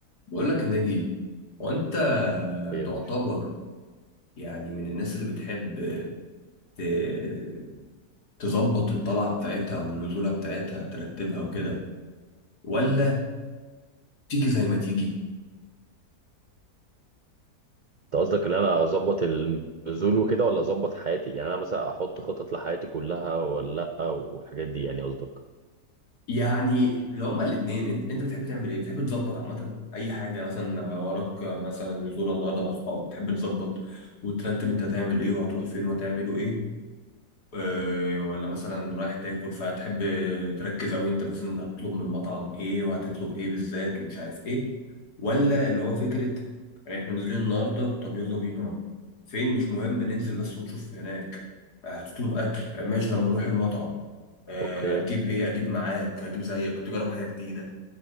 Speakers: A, on the left; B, on the right.
A: بقول لك يا ناجي هو انت
B: ايه يا
A: تعتبر
B: باشا
A: يعني من الناس اللي بتحب ت- تظبط الطلعه بتاعتها والنزوله بتاعتها ترتبها وكده ولا تيجي زي ما تيجي
B: انت قصدك ان انا اظبط النزول وكده ولا اظبط حياتي يعني انا مثلا احط خطط لحياتي كلها ولا لا والحاجات دي يعني قصدك
A: يعني لو هما الاثنين انت انت بتحب تعمل ايه بتحب تظبط عامه اي حاجه مثلا وراك مثلا نزوله النهارده مع اصحابك بتحب تظبط وترتب انت هتعمل ايه وهتروح فين وهتعملوا ايه آه، ولا مثلا رايح تاكل فتحب تركز اوي انت مثلا هتطلب من مطعم ايه وهتطلب ايه بالذات ومش عارف ايه ولا اللي هو فكرة إيه، احنا نازلين النهاردة طب يلا بينا فين مش مهم ننزل بس ونشوف هناك آه، هتطلب أكل آه، ماشي لما نروح المطعم آه،
B: اوكي
A: هتجيب ايه اجيب معاك هجيب زيك تجرب حاجة جديده